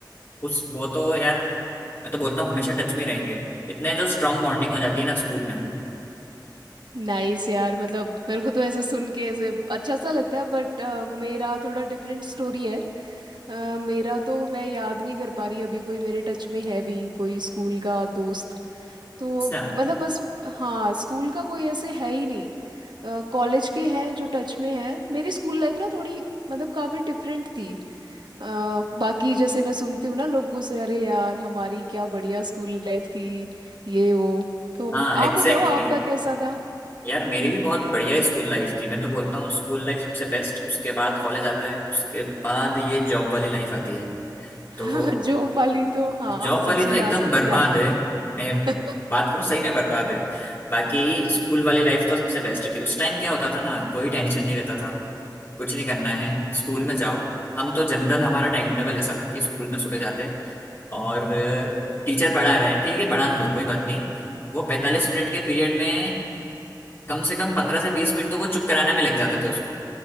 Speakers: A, on the left; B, on the right.
A: उस वो तो यार मैं तो बोलता हूँ हमेशा टच में ही रहेंगे इतने जो स्ट्रांग बॉन्डिंग हो जाती है ना स्कूल में
B: नाइस यार मतलब मेरे को तो ऐसे सुन के ऐसे अच्छा सा लगता है बट मेरा थोड़ा डिफरेंट स्टोरी है अ, मेरा तो मैं याद नहीं कर पा रही अभी कोई मेरे टच में है भी कोई स्कूल का दोस्त तो
A: अच्छा
B: मतलब बस हाँ स्कूल का कोई ऐसे है ही नहीं कॉलेज के हैं जो टच में हैं मेरी स्कूल लाइफ ना थोड़ी मतलब काफ़ी डिफरेंट थी अ, बाकी जैसे मैं सुनती हूँ ना लोगों से अरे यार हमारी क्या बढ़िया स्कूल लाइफ थी ये वो तो
A: हाँ
B: आप
A: एग्जैक्टली
B: बताओ आपका कैसा था
A: यार मेरी भी बहुत बढ़िया स्कूल लाइफ थी मैं तो बोलता हूँ स्कूल लाइफ सबसे बेस्ट उसके बाद कॉलेज आता है उसके बाद ये जॉब वाली लाइफ आती है
B: <laughs>
A: तो
B: जॉब वाली तो हाँ
A: जॉब
B: सबसे
A: वाली तो एकदम
B: लास्ट में
A: बर्बाद
B: ही आती
A: है
B: है
A: मैं
B: <laughs>
A: बात करूँ सही में बर्बाद है बाकी स्कूल वाली लाइफ तो सबसे बेस्ट थी उस टाइम क्या होता था ना कोई टेंशन नहीं रहता था कुछ नहीं करना है स्कूल में जाओ हम तो जनरल हमारा टाइम टेबल ऐसा था कि स्कूल में सुबह जाते और टीचर पढ़ा रहा है ठीक है पढ़ा दो कोई बात नहीं वो पैंतालीस मिनट के पीरियड में कम से कम पंद्रह से बीस मिनट तो वो चुप कराने में लग जाते थे उसको